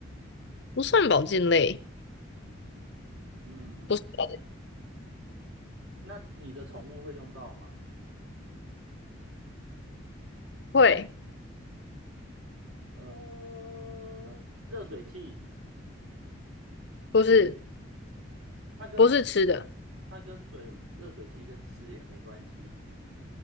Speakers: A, on the left (about 55°); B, on the right (about 85°).
A: 不算保健类，
B: 嗯嗯，
A: 不是保健，
B: 嗯那你的宠物会用到吗？
A: 会，
B: 呃，热水器。
A: 不是
B: 它跟水有，
A: 不是吃的，
B: 它跟水有，热水器跟吃也没关系。